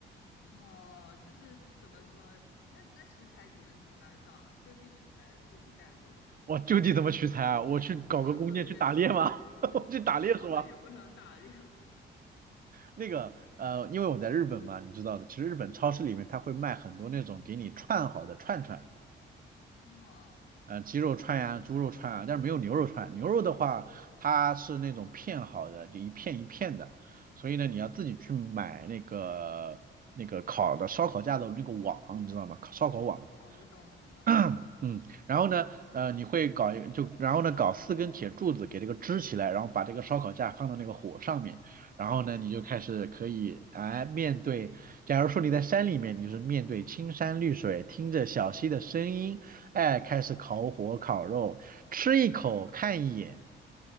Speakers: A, on the left; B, on the right.
A: 哦，就是怎么说？那那食材你们从哪儿找？就地取材还是自己带过去？
B: 我就地怎么取材啊？我去搞个弓箭去打猎吗？
A: 哦，对，也是，
B: <laughs> 我去打猎是吗？
A: 对，好像也不能打猎吧？
B: 那个呃，因为我在日本嘛，你知道的，其实日本超市里面它会卖很多那种给你串好的串串，
A: 嗯，哦，
B: 呃，鸡肉串呀、猪肉串啊，但是没有牛肉串。牛肉的话，它是那种片好的，就一片一片的，所以呢，你要自己去买那个那个烤的烧烤架的那个网，
A: 嗯，
B: 你知道吗？烤烧烤网。
A: 哦，我懂，我懂，
B: <clears throat> 嗯，然后呢，呃，你会搞一个，就然后呢，搞四根铁柱子给这个支起来，然后把这个烧烤架放到那个火上面，然后呢，
A: 嗯，
B: 你就开始可以哎面对，假如说你在山里面，你就是面对青山绿水，听着小溪的声音，哎，开始烤火烤肉，吃一口看一眼。